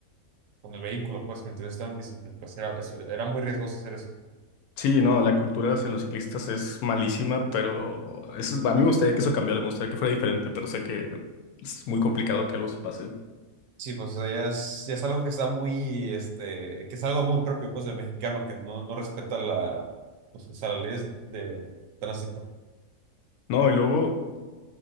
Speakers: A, on the right; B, on the left.
A: con el vehículo, pues, mientras yo estaba en bicicleta. Pues, era, eso- era muy riesgoso hacer eso.
B: Sí, no, la cultura hacia los ciclistas es malísima, pero eso- a mí me gustaría que eso cambiara, me gustaría que fuera diferente, pero sé que es muy complicado que algo se pase.
A: Sí, pues o sea, ya es, ya es algo que está muy, este, que es algo muy propio pues del mexicano, que no, no respeta la, pues, o sea, las leyes de tránsito.
B: No, y luego